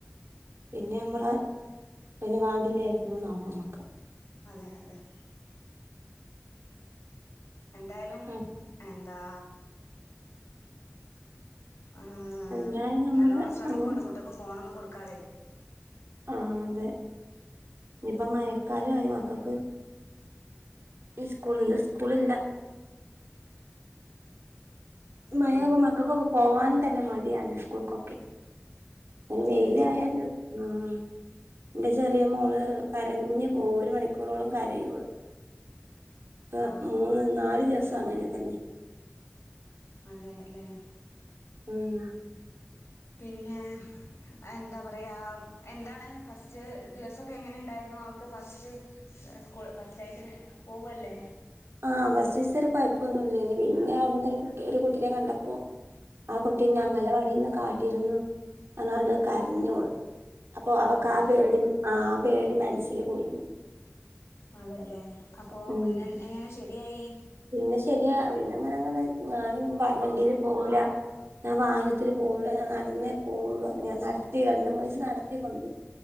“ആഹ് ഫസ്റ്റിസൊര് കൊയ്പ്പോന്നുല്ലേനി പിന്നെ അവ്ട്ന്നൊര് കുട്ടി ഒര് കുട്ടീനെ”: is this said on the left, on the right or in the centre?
Right